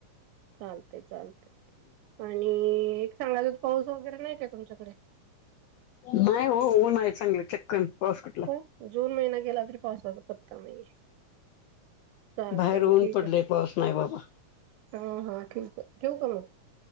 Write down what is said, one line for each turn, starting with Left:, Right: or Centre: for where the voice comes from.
Right: चालतय चालतय आणि एक सांगालाच पाऊस वगैरे नाही का तुमच्याकडे?
Left: नाही ओ ऊन आहे चांगलं चक्कन. पाऊस कुठला
Right: हो जून महिना गेला तरी पावसाचा पत्ता नाही. चालतय
Left: बाहेर ऊन
Right: म ठीक
Left: पडलंय
Right: आहे,
Left: पाऊस नाही बाबा
Right: हा हा ठीक आहे ठेऊ का म.